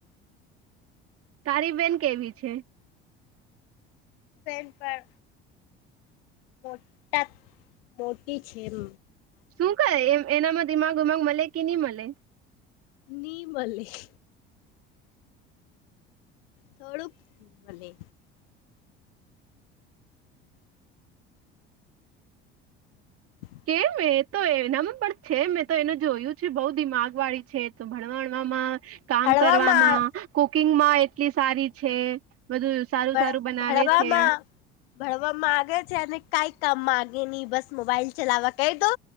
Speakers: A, on the right; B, on the left.
A: તારીબેન કેવી છે
B: ન પર મોટા મોટી છે એમ
A: શું કરે એ એનામાં દિમાગ ઉમાગ મળે કે નહી મળે
B: નિનીમલી થોડુંક મને હ
A: કેમ એ તો એના પણ છે મેં તો એને જોયું છે બહુ દિમાગ વાળી છે તો ભણવાણવામાં કામ
B: ભણવામાં
A: કરવામાં કુકિંગ માં એટલી સારી છે બધું સારું
B: ભણવામાં
A: સારું બનાવે છે
B: ભણવા માંગે છે અને કઈ કામ માંગે નહીિ બસ મોબાઈલ ચલાવવા ક દો